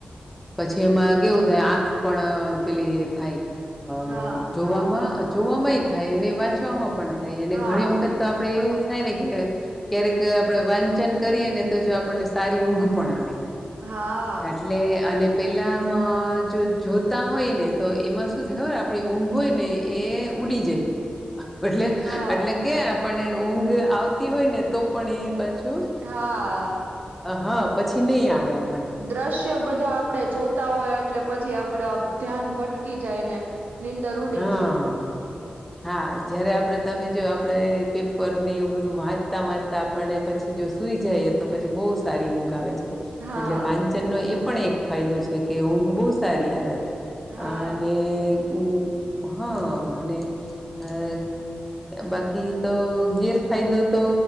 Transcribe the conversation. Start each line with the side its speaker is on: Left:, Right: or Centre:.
Centre: પછી એમાં કેવું થાય આંખ પણ પેલી થાય હ
Right: હા
Centre: જોવામાં જોવામાંય થાય અને વાંચવામાં પણ થાય અને
Right: હા
Centre: ઘણી વખત તો આપણે એવું થાય ને કે ક્યારેક આપણે વાંચન કરીએ ને તો જો આપણને સારી ઊંઘ પણ આવે.
Right: હા.
Centre: એટલે અને પેલામાં જો જોતા હોય ને તો એમાં શું થાય ખબર આપણી ઊંઘ હોય ને એ ઉડી જાય એટલે
Right: હા.
Centre: એટલે કે આપને ઊંઘ આવતી હોય ને તો પણ એ પાછું
Right: હા.
Centre: હા પછી નહી આવે આપ.
Right: દ્રશ્ય બધા આપડે જોતા હોય. એટલે પછી આપડે ધ્યાન ભટકી જાય ને નીંદર ઉડી
Centre: હા
Right: જાય.
Centre: <inaudible> હા જયારે આપણે તમે જો આપણે પેપર ને એવું બધું વાંચતા વાંચતા આપણને પછી જોશું. સુઈ જાયએ તો પછી બહુ સારી ઊંઘ આવે છે.
Right: હા
Centre: એટલે વાંચનનો એ પણ એક ફાયદો છે કે ઊંઘ બહુ સારી આવે
Right: હા
Centre: અને ઊંઘ હ અને આ બાકી તો ગેરફાયદો તો